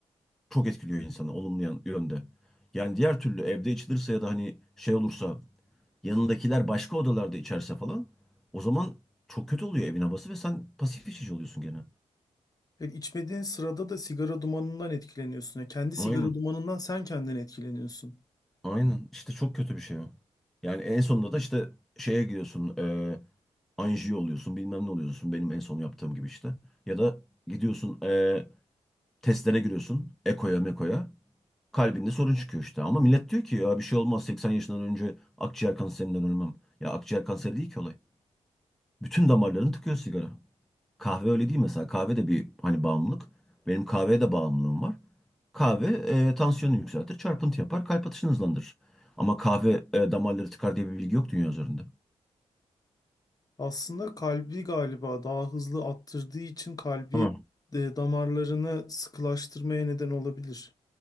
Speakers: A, in the centre; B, on the left.
A: çok etkiliyor insanı olumlu yan- yönde. Yani diğer türlü evde içilirse ya da hani şey olursa yanındakiler başka odalarda içerse falan o zaman çok kötü oluyor evin havası ve sen pasif içici oluyorsun gene.
B: Yani içmediğin sırada da sigara dumanından etkileniyorsun. Yani kendi sigara
A: Aynen.
B: dumanından sen kendin etkileniyorsun.
A: Aynen. İşte çok kötü bir şey o. Yani en sonunda da işte şeye gidiyorsun. E, anjiyo oluyorsun. Bilmem ne oluyorsun. Benim en son yaptığım gibi işte. Ya da gidiyorsun e, testlere giriyorsun. Eko'ya meko'ya. Kalbinde sorun çıkıyor işte. Ama millet diyor ki ya bir şey olmaz. 80 yaşından önce akciğer kanserinden ölmem. Ya akciğer kanseri değil ki olay. Bütün damarlarını tıkıyor sigara. Kahve öyle değil mesela. Kahve de bir hani bağımlılık. Benim kahveye de bağımlılığım var. Kahve e, tansiyonu yükseltir, çarpıntı yapar, kalp atışını hızlandırır. Ama kahve e, damarları tıkar diye bir bilgi yok dünya üzerinde.
B: Aslında kalbi galiba daha hızlı attırdığı için kalbi
A: Hı.
B: e, damarlarını sıkılaştırmaya neden olabilir.